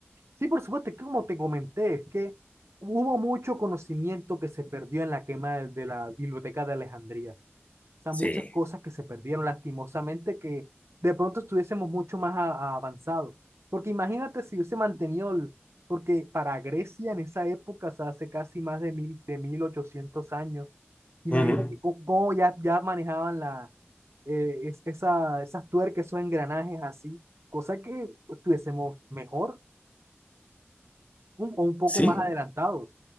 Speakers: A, on the right; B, on the left.
A: Sí, por supuesto, es que como te comenté, es que hubo mucho conocimiento que se perdió en la quema de de la Biblioteca de Alejandría. O sea,
B: Sí.
A: muchas cosas que se perdieron, lastimosamente, que de pronto estuviésemos mucho más a- a avanzados. Porque imagínate si hubiese mantenido, el- porque para Grecia en esa época, o sea, hace casi más de, mil, de 1800 años, imagínate
B: Ujú.
A: cómo, cómo ya, ya manejaban la, eh, es- esa, esas tuercas, esos engranajes así, cosa que estuviésemos mejor un- o un poco
B: Sí,
A: más adelantados.